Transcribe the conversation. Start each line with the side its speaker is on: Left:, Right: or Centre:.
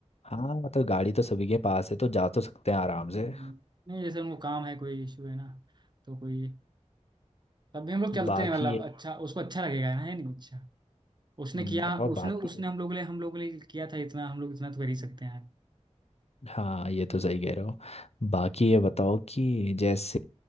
Left: हाँ मतलब गाड़ी तो सभी के पास है तो जा तो सकते हैं आराम से
Right: हम्म, नहीं जैसे उनको काम है कोई इशू है ना तो कोई तब भी हम लोग चलते
Left: बाकी
Right: हैं मतलब
Left: ये
Right: अच्छा उसको अच्छा लगेगा ना है नहीं अच्छा उसने
Left: हम्म,
Right: किया
Left: और बाकी
Right: उसने उसने हम लोग के लिए हम लोग के लिए किया था इतना हम लोग इतना तो कर ही सकते हैं यार
Left: हाँ ये तो सही कह रहे हो बाकी ये बताओ कि जैसे